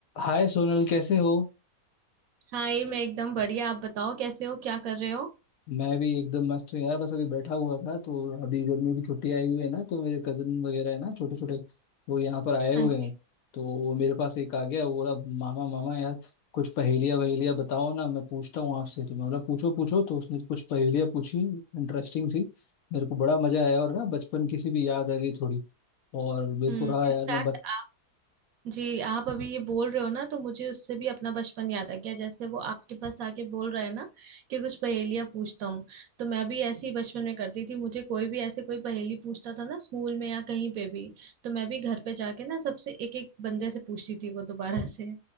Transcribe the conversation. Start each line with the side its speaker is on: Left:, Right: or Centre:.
Left: हाय सोनल कैसे हो
Right: हाँ ये मैं एकदम बढ़िया आप बताओ कैसे हो क्या कर रहे हो
Left: मैं भी एकदम मस्त हूँ यार बस अभी बैठा हुआ था तो अभी गर्मी की छुट्टी आई हुई है ना तो मेरे कजन वगैरह है ना छोटे छोटे वो यहाँ पर आए हुए
Right: हाँ जी
Left: हैं तो वो मेरे पास एक आ गया वो बोला मामा मामा यार कुछ पहेलियाँ वहेलियाँ बताओ ना मैं पूछता हूँ आपसे तो मैं बोला पूछो पूछो तो उसने कुछ पहेलियाँ पूछी इंटरेस्टिंग सी मेरे को बड़ा मजा आया और ना बचपन की सी भी याद आ गई थोड़ी और मेरे
Right: हम्म
Left: को रहा
Right: इनफैक्ट
Left: यार मैं
Right: आप जी आप अभी ये बोल रहे हो ना तो मुझे उससे भी अपना बचपन याद आ गया जैसे वो आपके पास आके बोल रहा है ना कि कुछ पहेलियां पूछता हूँ तो मैं भी ऐसे ही बचपन में करती थी मुझे कोई भी ऐसे कोई पहेली पूछता था ना स्कूल में या कहीं पे भी तो मैं भी घर पे जाके ना सबसे एक एक बंदे से पूछती थी वो दोबारा से